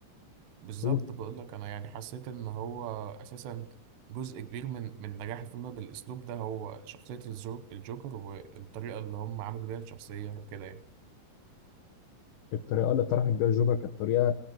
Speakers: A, on the right; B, on the left.
A: بالظبط
B: قول
A: بقول لك انا يعني حسيت ان هو اساسا جزء كبير من من نجاح الفيلم بالاسلوب ده هو شخصية الجو- الجوكر والطريقة اللي هم عملوا بيها الشخصية وكده يعني
B: الطريقة اللي طرحت بيها الجوكر كانت طريقة